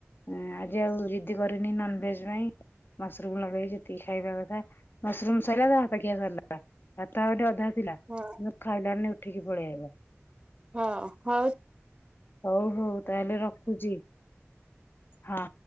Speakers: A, on the left; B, on the right.
A: ଏ ଆଜି ଆଉ ଜିଦି କରିନି ନନଭେଜ ପାଇଁ ମସରୁମ ଲଗେଇ ଯେତିକି ଖାଇବା କଥା ମସରୁମ୍ ସଇଲା ତା ଭାତ ଖିଆ ସରିଲା। ଭାତ ଆହୁରି ଅଧା ଥିଲା।
B: ହଁ,
A: କିନ୍ତୁ ଖାଇଲାନି ଉଠିକି ପଳେଇ ଆଇଲା।
B: ହଁ ହ।
A: ହଉ ହଉ ତାହେଲେ ରଖୁଛି ହଁ।